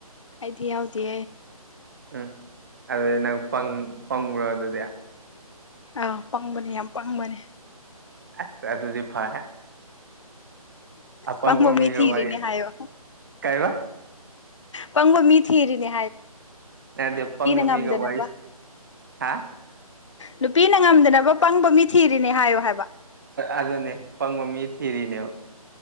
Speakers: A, on the left; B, on the right.
A: ꯑꯩꯗꯤ ꯌꯥꯎꯗꯦ
B: ꯎꯝ ꯑꯗꯨ ꯅꯪ ꯄꯪꯉ꯭ꯔꯣ ꯑꯗꯨꯗꯤ
A: ꯑꯥ ꯄꯪꯕꯅꯦ ꯌꯥꯝ ꯄꯪꯕꯅꯦ
B: ꯑꯁ ꯑꯗꯨꯗꯤ ꯐꯔꯦ ꯑꯄꯪꯕ
A: ꯄ ꯃꯃꯃꯤ
B: ꯃꯤꯒ
A: ꯊꯤꯔꯦꯅꯦ
B: ꯋꯥꯔꯤ
A: ꯍꯥꯏꯣ
B: ꯀꯩꯕ
A: ꯄꯪꯕ ꯃꯤꯊꯤ ꯏꯔꯤꯅꯦ
B: ꯑꯗꯄ ꯅꯃꯤꯒꯧ
A: ꯉꯝꯗꯅꯕ
B: ꯋꯥꯔꯤ ꯋꯥꯔꯤꯁ ꯍꯥ
A: ꯅꯨꯄꯤꯅ ꯉꯝꯗꯅꯕ ꯄꯪꯕ ꯃꯤ ꯊꯤꯔꯤꯅꯦ ꯍꯥꯏꯌꯣ ꯍꯥꯏꯕ
B: ꯑꯗꯨꯅꯦ ꯄꯪꯕ ꯃꯤ ꯊꯤꯔꯤꯅꯦꯕ